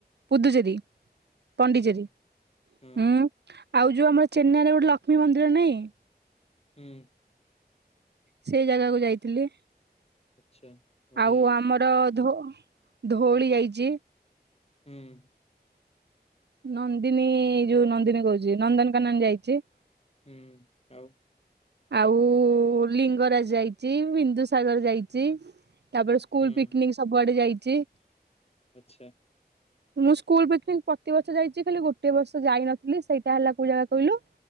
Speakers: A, on the right; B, on the left.
A: ପୁଦୁଚେରୀ ପଣ୍ଡିଚେରୀ
B: ଆଚ୍ଛା ହଁ
A: ହୁଁ ଆଉ ଯୋଉ ଆମର ଚେନ୍ନାଇରେ ଗୋଟେ ଲକ୍ଷ୍ମୀ ମନ୍ଦିର ନାଇଁ।
B: ହୁଁ
A: ସେଇ ଜାଗାକୁ ଯାଇଥିଲି
B: ଆଚ୍ଛା ବଢିଆ
A: ଆଉ ଆମର ଧୋ ଧଉଳି ଯାଇଛି
B: ହୁଁ
A: ନନ୍ଦିନୀ ଯୋଉ ନନ୍ଦିନୀ କହୁଛି ନନ୍ଦନକାନନ ଯାଇଛି
B: ହୁଁ ଆଉ
A: ଆଉ ଲିଙ୍ଗରାଜ ଯାଇଛି ବିନ୍ଦୁ ସାଗର ଯାଇଛି ତାପରେ ସ୍କୁଲ
B: ହୁଁ
A: ପିକନିକ ସବୁଆଡେ ଯାଇଛି
B: ଆଚ୍ଛା
A: ମୁଁ ସ୍କୁଲ ପିକ୍ନିକ ପ୍ରତିିବର୍ଷ ଯାଇଛି ଖାଲି ଗୋଟେ ବର୍ଷ ଯାଇନଥିଲି ସେଇଟା ହେଲା କୋଉ ଜାଗା କହିଲୁ